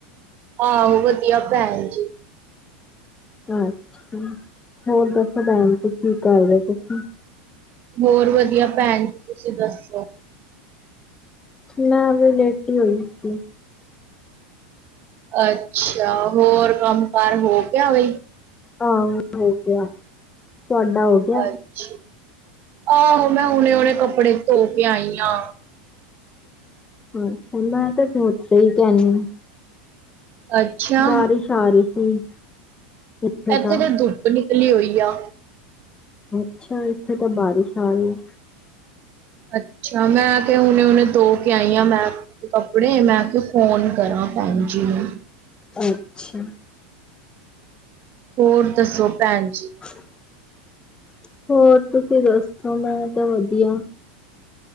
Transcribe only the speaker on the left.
ਅੱਛਾ ਹੋਰ ਦੱਸੋ ਪੈਣ ਜੀ ਕੀ ਕਰ ਰਹੇ ਸੀ ਤੁਸੀ
ਮੈਂ ਵੀ ਲੇਟੀ ਹੋਈ ਸੀ
ਹਾਂ ਹੋ ਗਿਆ ਤੁਹਾਡਾ ਹੋ ਗਿਆ
ਅੱਛਾ ਮੈਂ ਤੇ <unintelligible>
ਬਾਰਿਸ਼ ਆ ਰਹੀ ਸੀ ਇੱਥੇ
ਤਾਂ
ਅੱਛਾ ਇੱਥੇ ਤਾਂ ਬਾਰਿਸ਼ ਆ ਰਹੀ ਏ
ਅੱਛਾ
<unintelligible> ਹੋਰ ਤੁਸੀ ਦੱਸੋ ਮੈਂ ਤਾਂ ਵਦੀਆ